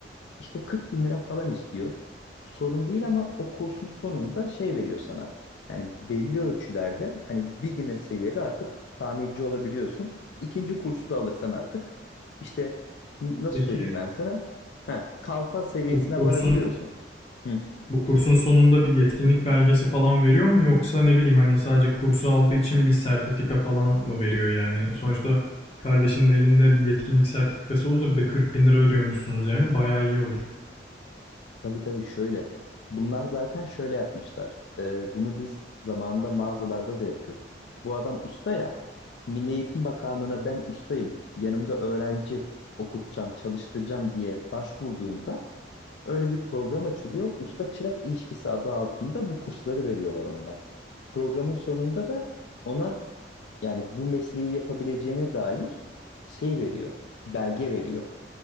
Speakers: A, on the left; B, on the left.
A: İşte 40 bin lira falan istiyor. Sorun değil ama o kursun sonunda şey veriyor sana. Yani belli ölçülerde hani beginner seviyede artık tamirci olabiliyorsun. İkinci kursu da alırsan artık işte n- nasıl
B: Peki
A: söyleyeyim ben sana? Ha, kalfa seviyesine
B: bu kursun
A: varabiliyorsun. Hı.
B: bu kursun sonunda bir yetkinlik belgesi falan veriyor mu yoksa ne bileyim hani sadece kursu aldığı için bir sertifika falan mı veriyor yani? Sonuçta kardeşinin elinde bir yetkinlik sertifikası olsa bir de 40 bin lira ödüyormuşsunuz yani bayağı iyi olur.
A: Tabii tabii şöyle. Bunlar zaten şöyle yapmışlar. Ee, bunu biz zamanında mağazalarda da yapıyorduk. Bu adam usta ya. Milli Eğitim Bakanlığı'na ben ustayım. Yanımda öğrenci okutacağım, çalıştıracağım diye başvurduğunda öyle bir program açılıyor. Usta çırak ilişkisi adı altında bu kursları veriyorlar onlar. Programın sonunda da ona yani bu mesleği yapabileceğine dair şey veriyor. Belge veriyor.